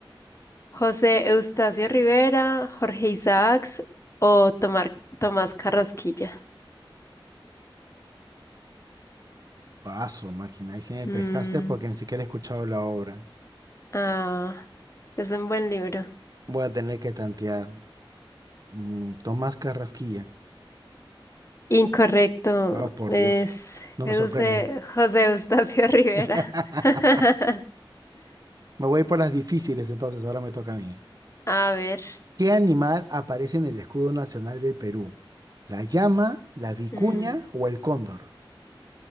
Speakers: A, on the left; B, on the right.
A: José Eustacio Rivera, Jorge Isaacs o Tomar- Tomás Carrasquilla.
B: Paso, máquina. Ahí sí me
A: Mm,
B: pescaste porque ni siquiera he escuchado la obra.
A: ah, es un buen libro.
B: Voy a tener que tantear. Mm, Tomás Carrasquilla.
A: Incorrecto,
B: Oh, por
A: es
B: Dios. No
A: José
B: me sorprende.
A: José Eustacio <laughs> Rivera.
B: <laughs>
A: <laughs>
B: Me voy por las difíciles entonces, ahora me toca a mí.
A: A ver,
B: ¿Qué animal aparece en el escudo nacional del Perú? ¿La llama, la vicuña
A: mm,
B: o el cóndor?